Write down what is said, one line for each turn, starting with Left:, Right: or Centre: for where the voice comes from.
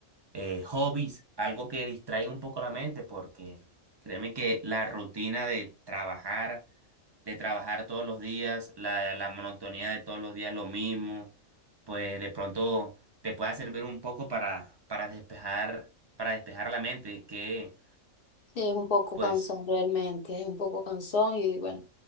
Right: eh, hobbies, algo que distraiga un poco la mente, porque créeme que la rutina de trabajar, de trabajar todos los días, la, la monotonía de todos los días lo mismo, pues de pronto te pueda servir un poco para, para despejar, para despejar la mente, que
Left: Sí, es un poco
Right: pues
Left: cansón realmente, es un poco cansón y bueno,